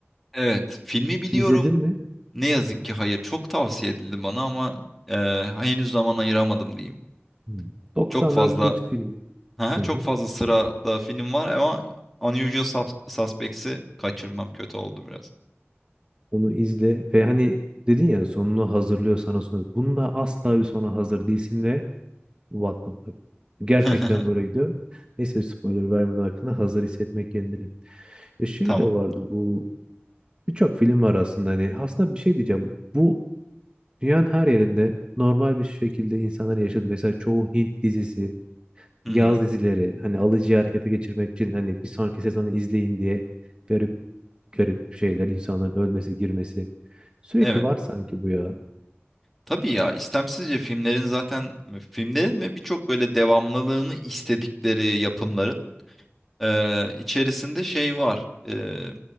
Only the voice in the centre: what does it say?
evet filmi biliyorum
ne yazık ki hayır çok tavsiye edildi bana ama e, henüz zaman ayıramadım diyeyim
çok fazla
Aha,
çok
fazla sırada film var ama Unusual Sus- Suspects'i kaçırmam kötü oldu biraz.
<laughs>
Tamam.
Hı
hı.
Evet.
Tabii ya istemsizce filmlerin zaten filmlerin ve birçok böyle devamlılığını istedikleri yapımların e, içerisinde şey var. E,